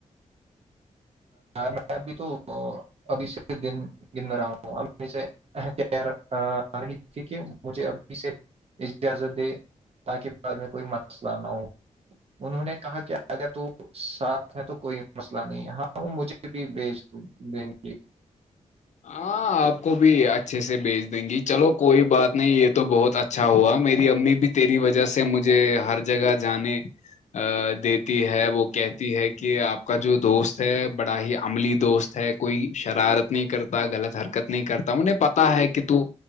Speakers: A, on the right; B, on the left.
A: میں ابھی تو ابھی سے دن گن رہا ہوں امی سے رہی تھی کہ مجھے ابھی سے اجازت دے تاکہ بعد میں کوئی مسئلہ نہ ہو انہوں نے کہا کہ اگر تو ساف ہے تو کوئی مسئلہ نہیں ہاں مجھے بھی بھیج دیں گے
B: ہاں آپ کو بھی اچھے سے بھیج دیں گی چلو کوئی بات نہیں یہ تو بہت اچھا ہوا میری امی بھی تیری وجہ سے مجھے ہر جگہ جانے دیتی ہے وہ کہتی ہے کہ آپ کا جو دوست ہے بڑا ہی عملی دوست ہے کوئی شرارت نہیں کرتا غلط حرکت نہیں کرتا انہیں پتا ہے کہ تو